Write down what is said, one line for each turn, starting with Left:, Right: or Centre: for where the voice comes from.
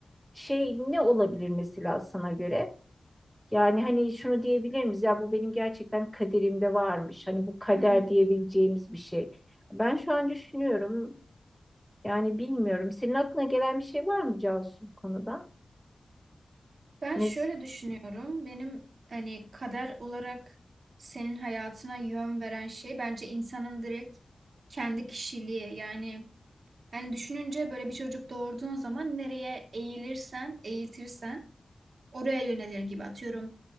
Centre: şey ne olabilir mesela sana göre? Yani hani şunu diyebilir miyiz? Ya bu benim gerçekten kaderimde varmış. Hani bu kader
Right: Hmm.
Centre: diyebileceğimiz bir şey. Ben şu an düşünüyorum. Yani bilmiyorum. Senin aklına gelen bir şey var mı Cansu bu konuda?
Right: Ben
Centre: Mes.
Right: şöyle düşünüyorum. Benim hani kader olarak senin hayatına yön veren şey bence insanın direkt kendi kişiliği. Yani hani düşününce böyle bir çocuk doğurduğun zaman nereye eğilirsen, eğitirsen oraya yönelir gibi atıyorum.